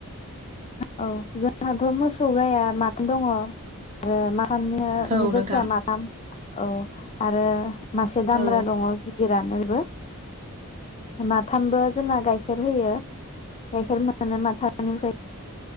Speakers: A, on the left; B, on the right.
A: औ जोंहाथ' मोसौ गाया माथाम दङ आरो मा थामनियाबो
B: औ
A: निबो
B: नोंथां
A: फिसा माथाम। औ आरो मासे दाम्रा
B: औ
A: दङ। दिरानोबो बिबो माथामबो जोंना गाइखेर होयो गाइखेर मोनो माथामनिफ्राय बो